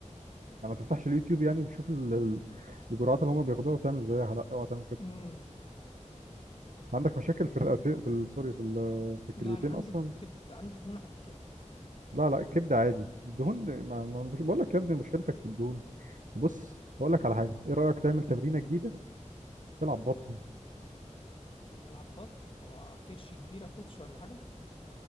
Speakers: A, on the right; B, on the left.
A: يعني ما تفتحش اليوتيوب يعني وتشوف ال- ال- الجرعات اللي هم بياخدوها وتعمل زيها لا اوعى تعمل كده
B: مم.
A: عندك مشاكل في الرئتين في ال- سوري في ال- في الكليتين
B: لا انا عندي
A: اصلا
B: في الكبد عندي دهون على الكبد
A: لا لا الكبده عادي الدهون ما ما- مش بقول لك يا ابني مشكلتك في الدهون بص هقول لك على حاجه ايه رايك تعمل تمرينه جديده تلعب بطن
B: العب بطن هو كرش كبيره يا كوتش ولا حاجه